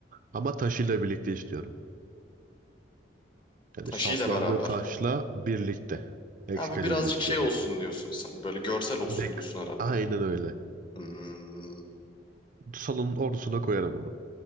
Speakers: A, on the right; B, on the left.
A: Ama taşıyla birlikte istiyorum. Yani
B: Taşıyla
A: saplandığı
B: beraber.
A: taşla birlikte. Excalibur'u
B: Ha, bu birazcık
A: istiyorum.
B: şey olsun diyorsun sen. Böyle görsel olsun
A: Dek.
B: diyorsun herhalde.
A: Aynen öyle.
B: Hmm,
A: Salonun ortasına koyarım onu.